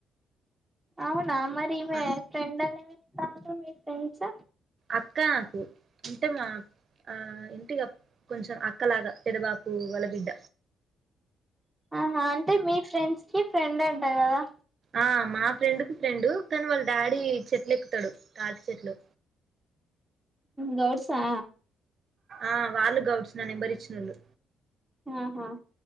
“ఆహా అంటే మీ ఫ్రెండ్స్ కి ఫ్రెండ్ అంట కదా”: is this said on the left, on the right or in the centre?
Centre